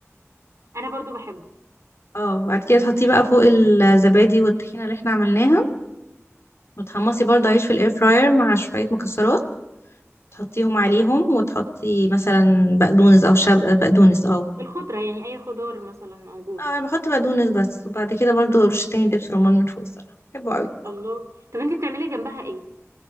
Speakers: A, on the right; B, on the left.
A: انا برضو بحبه
B: اه بعد كده تحطيه بقى فوق الزبادي والطحينة اللي احنا عملناها وتحمصي برضه عيش في الاير فراير مع شوية مكسرات تحطيهم عليهم وتحطي مثلا بقدونس او شب بقدونس اه
A: الخضرة يعني اي خضار مثلا موجود
B: اه انا بحط بقدونس بس وبعد كده برضو رشتين دبس رمان من فوق الصراحه بحبه قوي
A: الله طب انتي بتعملي جنبها ايه